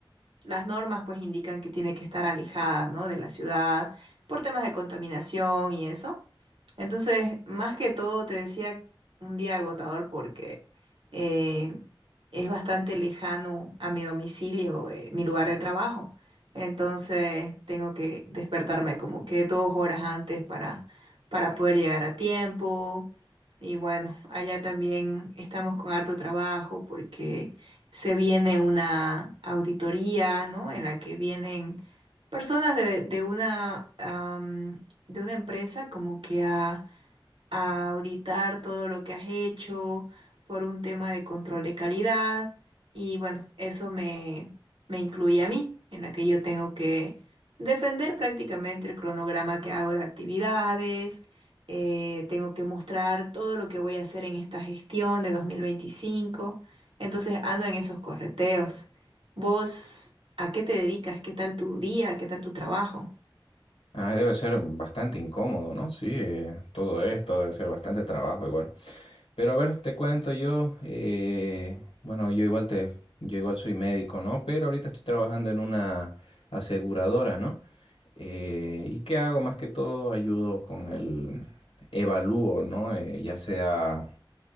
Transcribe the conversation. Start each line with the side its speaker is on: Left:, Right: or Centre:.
Right: las normas pues indican que tiene que estar alejada, ¿no? de la ciudad por temas de contaminación y eso. Entonces, más que todo, te decía un día agotador porque eh, es bastante lejano a mi domicilio, eh, mi lugar de trabajo. Entonces, tengo que despertarme como que dos horas antes para, para poder llegar a tiempo y bueno, allá también estamos con harto trabajo porque se viene una auditoría, ¿no? En la que vienen personas de, de una, am, de una empresa como que a a auditar todo lo que has hecho por un tema de control de calidad y bueno, eso me, me incluye a mí, en la que yo tengo que defender prácticamente el cronograma que hago de actividades, eh, tengo que mostrar todo lo que voy a hacer en esta gestión de 2025, entonces ando en esos correteos. ¿Vos a qué te dedicas? ¿Qué tal tu día? ¿Qué tal tu trabajo?
Left: Ah, debe ser bastante incómodo, ¿no? Sí, eh, todo esto debe ser bastante trabajo igual. Pero a ver, te cuento yo, eh, bueno, yo igual te, yo igual soy médico, ¿no? Pero ahorita estoy trabajando en una aseguradora, ¿no? Eh, ¿y qué hago? Más que todo ayudo con el evalúo, ¿no? Eh, ya sea